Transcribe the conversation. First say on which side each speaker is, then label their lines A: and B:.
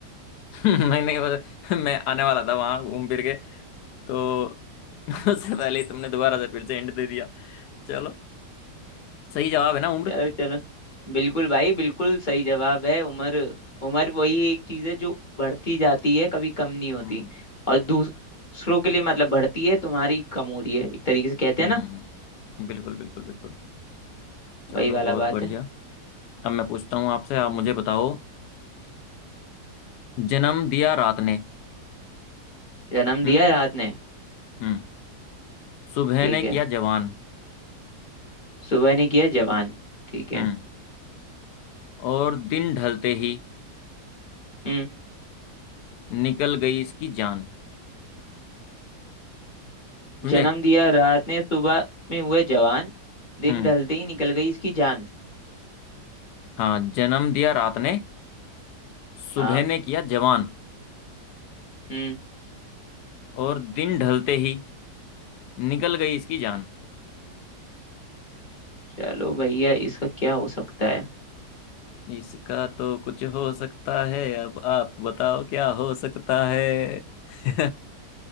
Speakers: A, on the left; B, on the left.
A: <laughs> नहीं नहीं वो- मैं आने वाला था वहां घूम फिर के तो <laughs> उससे पहले ही तुमने दोबारा से फिर से एंड दे दिया चलो सही जवाब है ना उम्र
B: चलो चलो बिल्कुल भाई बिल्कुल सही जवाब है उम्र उम्र वही एक चीज है जो बढ़ती जाती है कभी कम नहीं होती
A: हम्म
B: और दूसरों के लिए मतलब बढ़ती है तुम्हारी कम हो रही है एक तरीके से कहते
A: हम्म
B: हैं ना
A: बिल्कुल बिल्कुल बिल्कुल चलो
B: वही वाला
A: बहुत
B: बात
A: बढ़िया
B: है
A: अब मैं पूछता हूँ आपसे आप मुझे बताओ जन्म दिया रात ने
B: जन्म
A: हम्म
B: दिया रात ने
A: हम्म सुबह
B: ठीक
A: ने किया
B: है
A: जवान
B: सुबह ने किया जवान ठीक है
A: हम्म और दिन ढलते ही
B: हम्म
A: निकल गई इसकी जान समझे
B: जन्म दिया रात ने सुबह में हुए जवान दिन
A: हम्म
B: ढलते ही निकल गई इसकी जान
A: हाँ जन्म दिया रात ने सुबह
B: हाँ
A: ने किया जवान
B: हम्म
A: और दिन ढलते ही निकल गई इसकी जान
B: चलो भैया इसका क्या हो सकता है
A: इसका तो कुछ हो सकता है अब आप बताओ क्या हो सकता है <laughs>